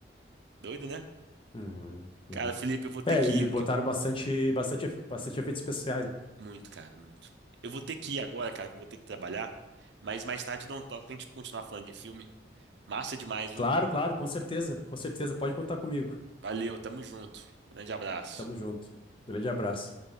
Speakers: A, on the right; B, on the left.
A: Doido, né?
B: Uhum, uhum.
A: Cara, Felipe, eu vou ter
B: É,
A: que
B: eles
A: ir.
B: botaram
A: porque-
B: bastante, bastante, efe- bastante efeitos especiais. né?
A: Muito, cara, muito. Eu vou ter que ir agora, cara, que eu vou ter que trabalhar. Mas mais tarde eu dou um toque pra gente continuar falando de filme. Massa demais, viu?
B: Claro, claro, com certeza, com certeza. Pode contar comigo.
A: Valeu, tamo junto. Grande abraço.
B: Tamo junto. Grande abraço.